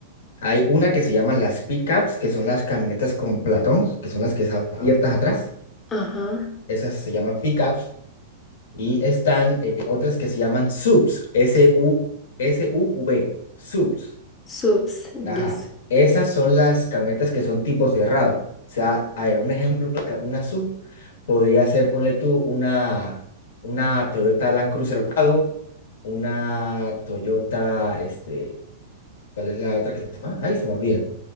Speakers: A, on the left; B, on the left.
A: Hay una que se llaman las pickups, que son las camionetas con platón, que son las que están abiertas atrás.
B: Ajá,
A: Esas se llaman pickups. Y están eh, otras que se llaman subs, S-U, S-U-V, subs.
B: subs, listo.
A: Ajá. Esas son las camionetas que son tipo cerrado. O sea, hay un ejemplo, de ca- una sub podría ser, ponle tú, una, una Toyota Land Cruiser cerrado, una Toyota, este, ¿cuál es la otra que se llama? Ay, se me olvida.